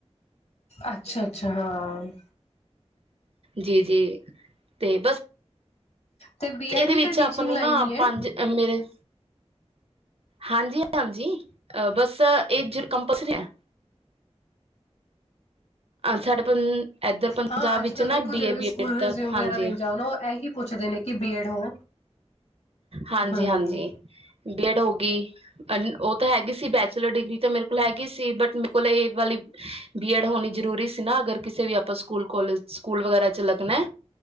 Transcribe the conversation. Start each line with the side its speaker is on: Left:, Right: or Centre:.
Left: ਅੱਛਾ ਅੱਛਾ ਹਾਂ
Right: ਜੀ ਜੀ ਤੇ ਬਸ
Left: ਤੇ ਬੀਐਡ
Right: ਇਹਦੇ
Left: ਵੀ
Right: ਵਿੱਚ
Left: ਤਾਂ ਟੀਚਿੰਗ
Right: ਆਪਾਂ ਨੂੰ
Left: ਲਾਈਨ
Right: ਨਾ
Left: ਹੀ ਹੈ
Right: ਪੰਜ ਮੇਰੇ ਹਾਂਜੀ ਹਾਂਜੀ ਅਹ ਬਸ ਇਹ ਕੰਪਲਸਰੀ ਆ ਸਾਡੇ ਇੱਧਰ ਪੰਜਾਬ
Left: ਹਾਂ ਅੱਜ
Right: ਵਿੱਚ
Left: ਕੱਲ
Right: ਨਾ
Left: ਦੇਖ
Right: ਬੀਏ
Left: ਜਿਹੇ ਵੀ
Right: ਬੀਐਡ
Left: ਸਕੂਲ
Right: ਤੱਕ
Left: ਰਿਜ਼ਿਊਮ
Right: ਹਾਂਜੀ
Left: ਵਗੈਰਾ ਦੇਣ ਜਾਣ ਉਹ ਇਹੀ ਪੁੱਛ ਛ ਦੇ ਨੇ ਕਿ ਬੀ ਐਡ ਹੋ।
Right: ਹਾਂਜੀ
Left: ਹਾਂ ਹਾਂ
Right: ਹਾਂਜੀ
Left: ਹਾਂ
Right: ਬੀਐਡ ਹੋ ਗਈ। ਉਹ ਤਾਂ ਹੈਗੀ ਸੀ ਬੈਚਲਰ ਡਿਗਰੀ ਤਾਂ ਮੇਰੇ ਕੋਲ ਹੈਗੀ ਸੀ ਬਟ ਮੇਰੇ ਕੋਲ ਇਹ ਵਾਲੀ ਬੀ ਐਡ ਹੋਣੀ ਜ਼ਰੂਰੀ ਸੀ ਨਾ ਅਗਰ ਕਿਸੇ ਵੀ ਆਪਾਂ ਸਕੂਲ ਕੋਲਜ ਸਕੂਲ ਵਗੈਰਾ ' ਲੱਗਣਾ